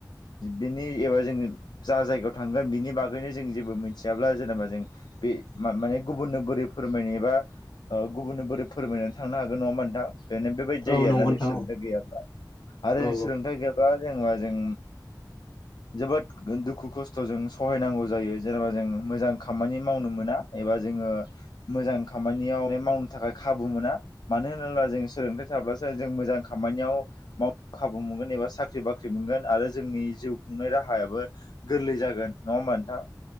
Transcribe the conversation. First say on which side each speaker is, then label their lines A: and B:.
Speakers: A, on the left (about 70°); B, on the left (about 85°).
A: बिनि एबा जोङो जा जायगायाव थांगोन बिनि बागैनो जों जेबो मोनथि मिथियाब्ला जेनेबा जों बे माने गुबुननो बोरै फोरमायनो एबा गुबुननो बोरै फोरमाय थांनो हागोन नङा होमबा नोंथां बेनो बेबायदि जायो
B: औ
A: आरोना
B: नंगौ
A: जों
B: नोंथां
A: सोलोंथाइ
B: औ
A: गैयाब्ला आरो
B: औ
A: जों सोलोंथाइ गैयाब्ला जेनेबा जों जोबोद दुखु खस्थ' जों सहायनांगौ जायो जेनेबा जों मोजां खामानि मावनो मोना एबा जोङो मोजां खामानियाव मावनो थाखाय खाबु नंगौना मोना मानो होनोब्ला जों सोलोंथाइ थाब्लासो जों मोजां खामानियाव माव खाबु मोनगोन एबा साख्रि साख्रि बाख्रि मोनगोन आरो जोंनि जिउ खुंनाय राहायाबो गोरलै जागोन नङा होमबा नोंथां